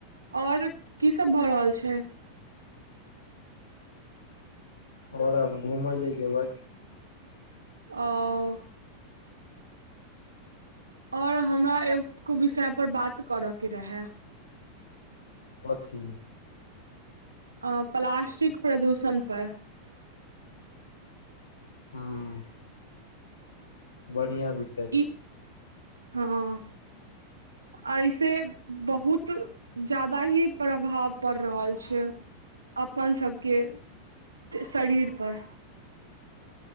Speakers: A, on the right (about 75°); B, on the left (about 70°).
A: और की सब भऽ रहल छै
B: और अब घूमय ले जेबै
A: ओ और हमरा एगो विषय पर बात करय के रहय
B: कथी
A: अ प्लास्टिक प्रदूषण पर
B: हूंम्म बढ़ियाँ विषय छै
A: ई हँ अहिसे बहुत जादा ही प्रभाव पड़ रहल छै अपन सबके शरीर पर